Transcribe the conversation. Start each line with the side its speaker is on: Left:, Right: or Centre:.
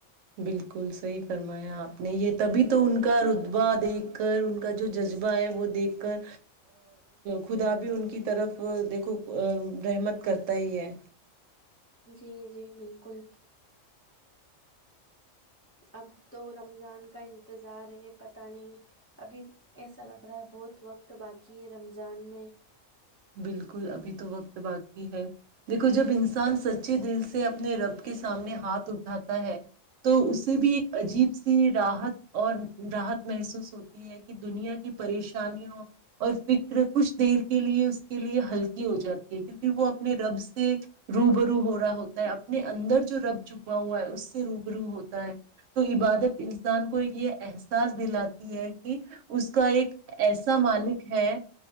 Right: بالکل صحیح فرمایا آپ نے یہ تبھی تو ان کا رتبا د ایک کر ان کا جو ج جبہ ہے وہ دیکھ کر خدا بھی ان کی طرف دیکھو رحمت کرتا ہی ہے
Left: جی جی بالکل اب تو رمضان کا انتظار ہے پت نہیں ابھی ایسا لگ رہا ہے بہت وقت باقی ہے رمضان میں
Right: بالکل ابھی تو وقت باقی ہے دیکھو جب انسان سچ اچھے دل سے اپنے رب کے سامنے ہاتھ اٹھاتا ہے تو اسے بھی ایک عجیب سی راحت اور راحت محسوس ہوتی ہے کہ دنیا کی پریشانیوں اور فکر کچھ دیر کے لیے کے لیے ہلکی ہو جاتی ہے کیونکہ وہ اپنے رب سے رو ب رو ہو رہا ہوتا ہے اپنے اندر جو رب چپا ہوا ہے اس سے روبرو ہوتا ہے تو عبادت انسان کو ہی ہے احساس دلا تھا ہے کہ اس کا ایک ایسا مالک ہے